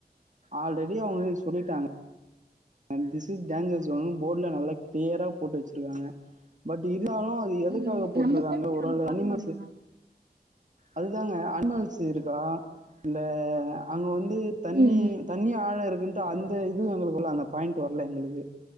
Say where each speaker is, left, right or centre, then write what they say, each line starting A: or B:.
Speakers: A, on the right; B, on the right.
A: ஆல்ரெடி அவுங்க சொல்லிட்டாங்க அ திஸ் இஸ் டேஞ்சர்ஸ் ஸோன் போர்டுல நல்லா கிளியரா போட்டு வெச்சிருக்காங்க பட் இ இருந்தாலு அது எதுக்காக
B: ம்
A: போட்டிருக்காங்க
B: நம்ம சேஃப்டிய
A: ஒரு
B: நம்ம
A: ஆளு
B: பாக்கணும்
A: அனிமல்ஸ்
B: இல்லைங்களா
A: அதுதாங்க அனிமல்ஸ் இருக்கா இல்ல அங்க வந் து தண்ணி
B: ம்
A: தண்ணி ஆழ இரு ந்து அந்த இது எங்களுக்கு உள்ள அங்க பாயிண்ட் வர்ல எங்களுக்கு